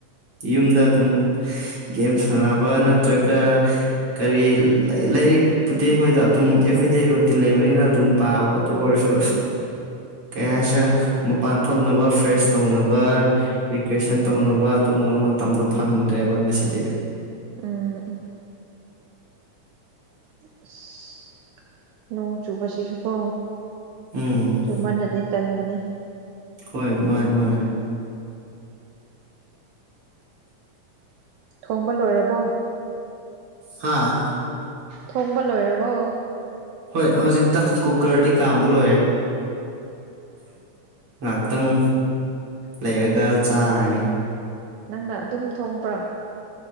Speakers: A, on the right; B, on the right.
A: ꯌꯨꯝꯗ ꯗꯨꯝ ꯒꯦꯝ ꯁꯥꯟꯅꯕ ꯅꯠꯇ꯭ꯔꯒ ꯀꯔꯤ ꯂꯥꯏꯔꯤꯛ ꯄꯨꯕꯨꯗꯤ ꯑꯩꯈꯣꯏꯗ ꯑꯗꯨꯝ ꯑꯦꯚ꯭ꯔꯤꯗꯦ ꯔꯨꯇꯤꯟ ꯂꯩꯕꯅꯤꯅ ꯑꯗꯨꯝ ꯄꯥꯕ ꯑꯗꯨ ꯑꯣꯏꯔꯁꯨ ꯀꯩ ꯍꯥꯏꯁꯦ ꯃꯄꯥꯟ ꯊꯣꯛꯅꯕ ꯐ꯭ꯔꯦꯁ ꯇꯧꯅꯕ ꯔꯤꯀ꯭꯭ꯔꯦꯁꯟ ꯇꯧꯅꯕ ꯑꯗꯨꯒꯨꯝꯕ ꯃꯇꯝꯗꯣ ꯐꯪꯗ꯭ꯔꯦꯕ ꯉꯁꯤꯗꯤ
B: ꯎꯝ ꯎꯝ <inaudible> ꯅꯣꯡ ꯆꯨꯕꯁꯤꯁꯨꯀꯣ
A: ꯎꯝ
B: ꯆꯨꯝꯃꯅꯗꯤ ꯇꯟꯕꯅꯤ
A: ꯍꯣꯏ ꯍꯣꯏ ꯍꯣꯏ
B: ꯊꯣꯡꯕ ꯂꯣꯏꯔꯕꯣ
A: ꯍꯥ
B: ꯊꯣꯡꯕ ꯂꯣꯏꯔꯕꯣ
A: ꯍꯣꯏ ꯍꯧꯖꯤꯛꯇ ꯀꯨꯀꯔꯗꯤ ꯀꯥꯝꯕ ꯂꯣꯏꯔꯦ ꯉꯥꯏꯍꯥꯛꯇꯪ ꯂꯩꯔꯒ ꯆꯥꯔꯅꯤ
B: ꯅꯪꯅ ꯑꯗꯨꯝ ꯊꯣꯡꯕ꯭ꯔꯥ